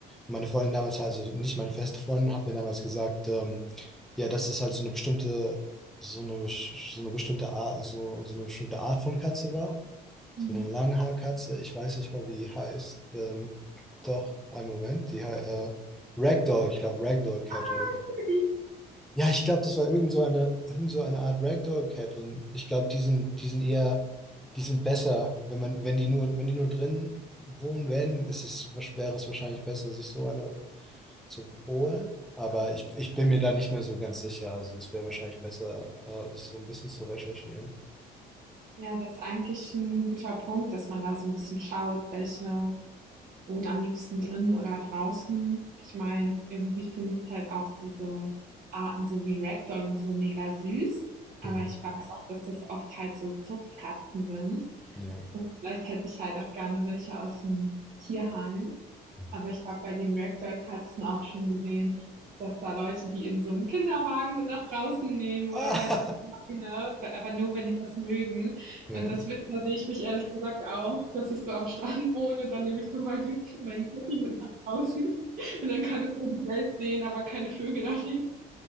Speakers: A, in the centre; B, on the right.
A: meine Freundin damals, also nicht meine feste Freundin, hat mir damals gesagt, ähm, ja, das ist halt so eine bestimmte, so eine, so eine bestimmte Art, so, so eine bestimmte Art von Katze war. So
B: Mhm.
A: eine Langhaarkatze, ich weiß nicht mal, wie die heißt. Ähm, doch, einen Moment, die hei- äh, Ragdoll, ich glaube Ragdoll Cat
B: Ah,
A: oder
B: ich liebe die.
A: ja, ich glaube, das war irgend so eine, irgend so eine Art Ragdoll Cat und ich glaube, die sind, die sind eher, die sind besser, wenn man, wenn die nur, wenn die nur drin wohnen werden, ist es, wäre es wahrscheinlich besser, sich so eine zu holen. Aber ich, ich bin mir da nicht mehr so ganz sicher. Also es wäre wahrscheinlich besser, äh, das so ein bisschen zu recherchieren.
B: Ja, das ist eigentlich ein guter Punkt, dass man da so ein bisschen schaut, welche wohne am liebsten drin oder draußen. Ich meine, irgendwie finde ich halt auch diese Arten so wie Ragdoll und so mega süß. Aber
A: Mhm.
B: ich weiß auch, dass das oft halt so Zuchtkatzen sind.
A: Ja.
B: Vielleicht hätte ich halt auch gerne welche aus dem Tierheim.
A: Mhm.
B: Aber ich habe bei den Ragdoll-Katzen auch schon gesehen, dass da Leute die in so einem Kinderwagen mit nach draußen nehmen
A: Ah,
B: oder halt an die Leine, aber nur, wenn die das mögen.
A: <laughs>
B: Und
A: ja,
B: das wird da sehe ich mich ehrlich gesagt auch, dass ich so am Strand wohne und dann nehme ich so meine meinen Kitty mit nach draußen <laughs> und dann kann es so die Welt sehen, aber keine Vögel anhängen.